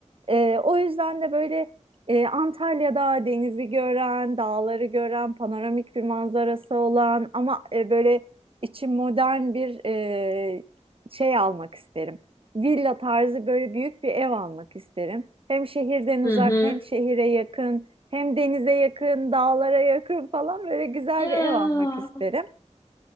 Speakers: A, on the right (about 50°); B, on the left (about 25°).
A: E, o yüzden de böyle e, Antalya'da denizi gören, dağları gören, panoramik bir manzarası olan ama e, böyle içi modern bir e, şey almak isterim villa tarzı böyle büyük bir ev almak isterim. Hem şehirden uzak,
B: Hı hı.
A: hem şehire yakın, hem denize yakın, dağlara yakın falan böyle güzel
B: Ya.
A: bir ev almak isterim.